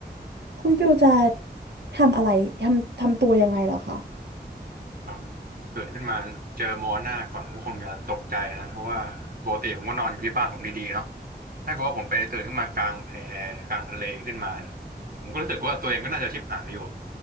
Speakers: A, on the right (about 75°); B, on the right (about 55°).
A: คุณฟิลจะทำอะไรทำทำตัวยังไงเหรอคะ
B: อืมตื่นขึ้นมาเจอมัวหน้าก่อนผมก็คงจะตกใจนะเพราะว่าปกติผมก็นอนอยู่ที่บ้านผมดีๆเนาะถ้าเกิดว่าผมไปตื่นขึ้นมากลางแพกลางทะเลขึ้นมาเนี่ยผมก็รู้สึกว่าตัวเองก็น่าจะชิบหายอยู่